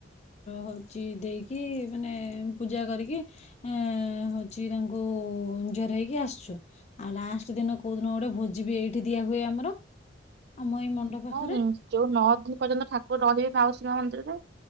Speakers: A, on the left (about 35°); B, on the right (about 60°).
A: ହଉଛି ଦେଇକି ମାନେ ପୂଜା କରିକି ଏ ହଉଛି ତା ଙ୍କୁ ଜୁହାର ହେଇକି ଆସୁଛୁ ଆଉ ଲାଷ୍ଟ ଦିନ କୋଉ ଦିନ ଗୋଟେ ଭୋଜି ବି ଏଇଠି ଦିଆ ହୁଏ ଆମର। ଆମ ଏଇ ମଣ୍ଡପ ପାଖରେ
B: ହଁ ନାଇଁ ଯୋଉ ନଅ ଦିନ ପର୍ଯ୍ୟନ୍ତ ଠାକୁର ରହିବେ ମାଉସୀମା ମନ୍ଦିରରେ।